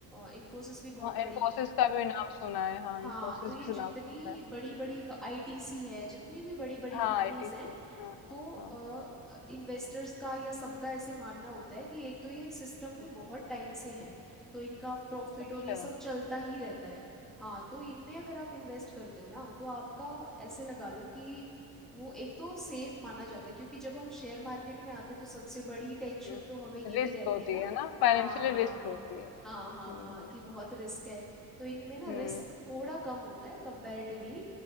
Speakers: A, in the centre; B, on the left.
A: इन्फोसिस भी बहुत
B: हाँ
A: बड़ी
B: इन्फोसिस का भी नाम सुना है हाँ
A: हाँ
B: इन्फोसिस
A: तो ये
B: भी
A: जितनी
B: नाम सुना है
A: बड़ी बड़ी आईटीसी है जितनी भी बड़ी बड़ी
B: हाँ
A: कंपनीज
B: आईटीसी
A: हैं
B: हाँ
A: तो
B: हाँ हाँ
A: इन्वेस्टर्स का या सबका ऐसे मानना होता है कि एक तो ये सिस्टम
B: हम्म,
A: में बहुत टाइम से हैं तो इनका प्रॉफिट
B: अच्छा
A: और ये सब चलता ही रहता है हाँ तो इनमें अगर आप इन्वेस्ट करते हो ना तो आपका ऐसे लगा लो कि वो एक तो सेफ माना जाता है क्योंकि जब हम शेयर मार्केट में आते हैं तो सबसे बड़ी टेंशन
B: हम्म
A: तो हमें ये
B: रिस्क
A: भी रहती
B: होती
A: है ना
B: है ना फाइनेंशियली
A: हाँ
B: रिस्क होती है हम्म
A: हाँ हाँ हाँ कि
B: ये
A: बहुत
B: तो
A: रिस्क है तो इनमें ना रिस्क
B: हम्म
A: थोड़ा कम होता है कंपैरेटिवली